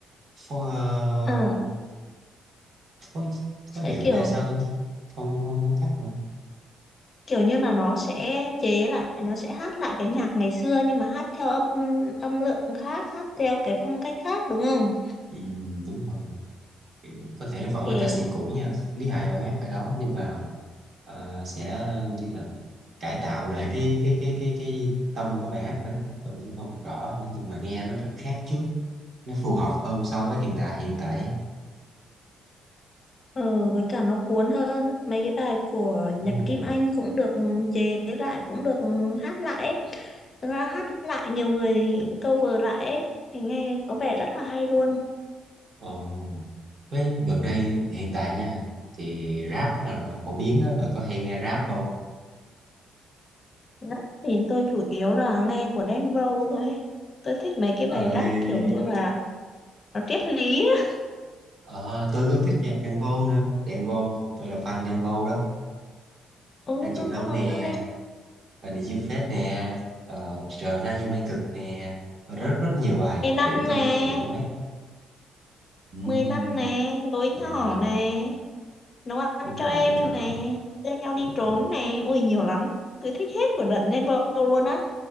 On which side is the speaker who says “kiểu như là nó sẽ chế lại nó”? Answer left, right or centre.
Left